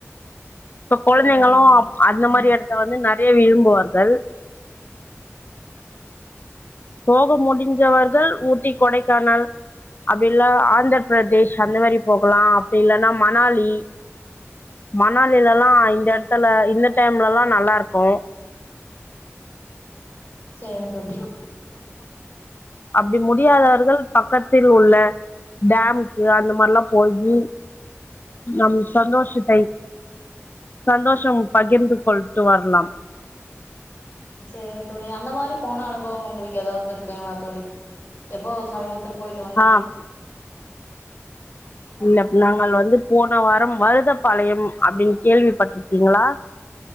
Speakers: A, on the left; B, on the left.
A: இப்ப கொழந்தைங்களு
B: சரிங்க தோழி
A: அப் அந்த மாரி இடத்த வந்து ந றைய விரும்புவார்கள் போக முடிஞ்சவர்கள் ஊட்டி கொடைக்கானல் அப்படி இல்ல ஆந்தர பிரதேஷ் அந்த மாரி போகலா அப்படி இல்லன்னா மணாலி மணாலிலல்லா இந்த எடத்துல இந்த டைம்லல்லா நல்லா இருக்கும்
B: சரிங்க தோழி
A: அப்படி முடியாதவர்கள் பக்கத்தில் உள்ள டேமுக்கு அந்த மாதிரி எல்லாம் போய் நம்ம சந்தோஷத்தை சந்தோஷம் பகிர்ந்து கொண்டு வரலாம்
B: சரிங்க தோழி அந்த மாதிரி போன அனுபவம் உங்களுக்கு ஏதாவது இருக்குதுங்களா தோழி இப்போ சமீபத்துல போயிட்டு வந்தீங்க
A: ஆஹ் இல்ல நாங்கள் வந்து போன வாரம் மருதப்பாளையம் அப்படின்னு கேள்விப்பட்ருக்கீங்களா